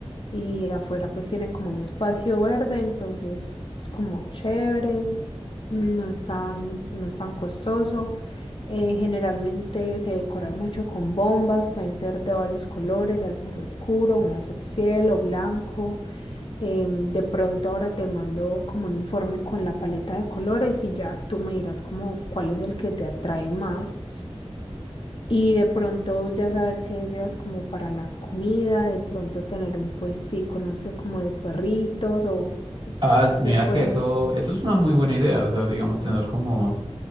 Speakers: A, on the left; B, on the right.
A: Y afuera pues tiene como un espacio verde, entonces como chévere, mm, no es tan, no es tan costoso. Eh, generalmente se decoran mucho con bombas, pueden ser de varios colores, azul oscuro, un azul cielo, blanco. Em, de pronto ahora te mando como un informe con la paleta de colores y ya tú me dirás como cuál es el que te atrae más. Y de pronto ya sabes qué deseas como para la comida, de pronto tener un puestico, no sé, como de perritos o
B: Ah,
A: se
B: mira
A: puede,
B: que eso, eso es una muy buena idea. O sea, digamos, tener como